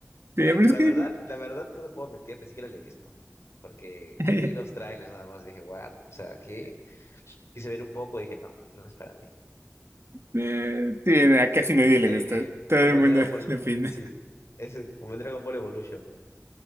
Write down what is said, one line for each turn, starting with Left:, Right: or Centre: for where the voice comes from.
Right: pero es
Left: La
Right: que.
Left: verdad, la verdad, no te puedo mentir, ni siquiera la he visto, porque
Right: <laughs>
Left: vi los trailers nada más y dije, what, o sea, ¿qué? Quise ver un poco y dije, no, no es para mí.
Right: Eh, sí, a casi nadie le
Left: Eh,
Right: gusta Todo
Left: como
Right: el mundo
Left: el Dragon
Right: <laughs>
Left: Ball,
Right: le opina.
Left: sí, es el- como el Dragon Ball Evolution. weón.